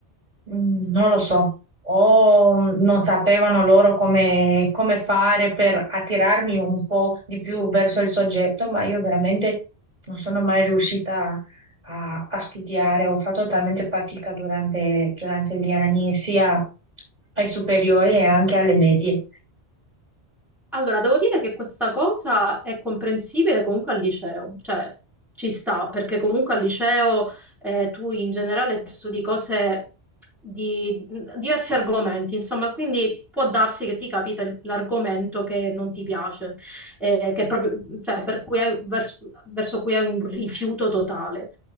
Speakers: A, on the right; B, in the centre.
A: Mm, Non lo so, o non sapevano loro come, come fare per attirarmi un po' di più verso il soggetto, ma io veramente non sono mai riuscita a, a studiare, ho fatto talmente fatica durante, durante gli anni, sia ai superiori e anche alle medie.
B: eh. Allora, devo dire che questa cosa è comprensibile comunque al liceo, cioè ci sta, perché comunque al liceo eh, tu in generale studi cose di, di- diversi argomenti, insomma, quindi può darsi che ti capita l- l'argomento che non ti piace, eh, che proprio, cioè, per cui hai- verso, verso cui hai un rifiuto totale.